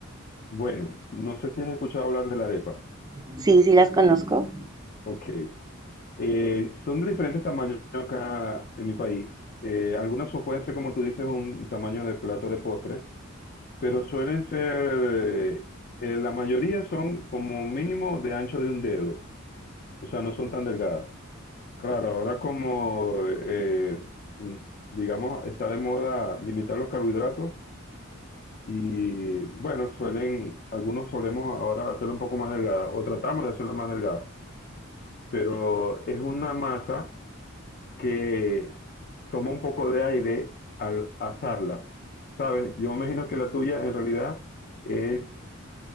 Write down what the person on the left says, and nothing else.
Bueno, no sé si has escuchado hablar de la arepa.
Ok. Eh, son de diferentes tamaños acá en mi país. Eh, algunas so- pueden ser, como tú dices, un tamaño de plato de postres, pero suelen ser, eh, la mayoría son como mínimo de ancho de un dedo, o sea, no son tan delgadas. Claro, ahora como, eh, mm, digamos, está de moda limitar los carbohidratos y bueno, suelen, algunos solemos ahora hacerlo un poco más delgada o tratamos de hacerlo más delgada, pero es una masa que toma un poco de aire al asarla. ¿Sabes? Yo me imagino que la tuya en realidad es